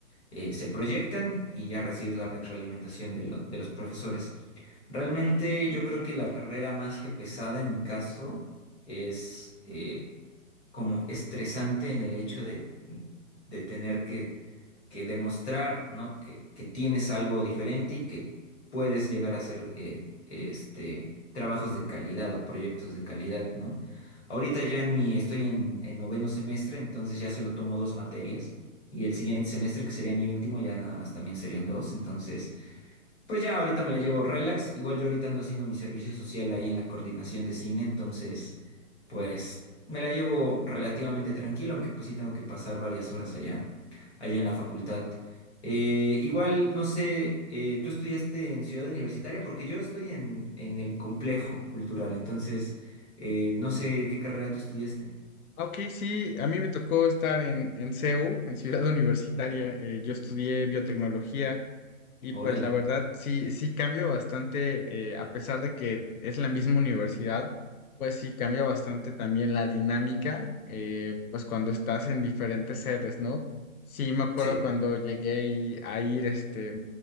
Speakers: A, on the left (about 50°); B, on the left (about 85°).
A: eh, se proyectan y ya recibes la retroalimentación de, lo- de los profesores. Realmente yo creo que la carrera más que pesada en mi caso es, eh, como estresante en el hecho de, de tener que, que demostrar, ¿no? Que, que tienes algo diferente y que puedes llegar a hacer eh, este, trabajos de calidad o proyectos de calidad, ¿no? Ahorita ya en mi, estoy en, en noveno semestre, entonces ya solo tomo dos materias. Y el siguiente semestre, que sería mi último, ya nada más también serían dos. Entonces, pues ya ahorita me la llevo relax. Igual yo ahorita ando haciendo mi servicio social ahí en la coordinación de cine, entonces pues me la llevo relativamente tranquilo, aunque pues sí tengo que pasar varias horas allá, allá en la facultad. Eh, igual, no sé, eh, ¿tú estudiaste en Ciudad Universitaria? Porque yo estoy en, en el complejo cultural, entonces eh, no sé qué carrera tú estudiaste.
B: Ah, Ok, sí, a mí me tocó estar en, en CEU, en Ciudad <laughs> Universitaria. Eh, yo estudié biotecnología Y pues
A: Órale.
B: la verdad, sí, sí cambia bastante, eh, a pesar de que es la misma universidad, pues sí cambia bastante también la dinámica, eh, pues cuando estás en diferentes sedes, ¿no? Sí, me acuerdo
A: Sí.
B: cuando llegué y- a ir este,